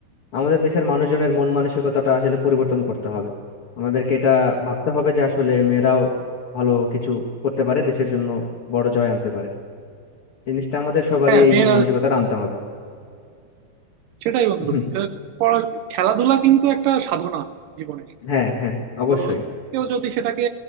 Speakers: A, on the left (about 45°); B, on the right (about 80°).
A: আমাদের দেশের মানুষজনের মন মানসিকতাটা আসলে পরিবর্তন করতে হবে আমাদেরকে এটা ভাবতে হবে যে আসলে মেয়েরাও ভালো কিছু করতে পারে দেশের জন্য বড় জয় আনতে পারে জিনিসটা আমাদের সবারই
B: হ্যাঁ
A: এই
B: মেয়েরা
A: মন মানসিকতাটা আনতে হবে
B: সেটাই বন্ধু
A: হুম,
B: আহ, পড়া- খেলাধুলা কিন্তু একটা সাধনা জীবনের
A: হ্যাঁ হ্যাঁ অবশ্যই
B: তো কেউ যদি সেটাকে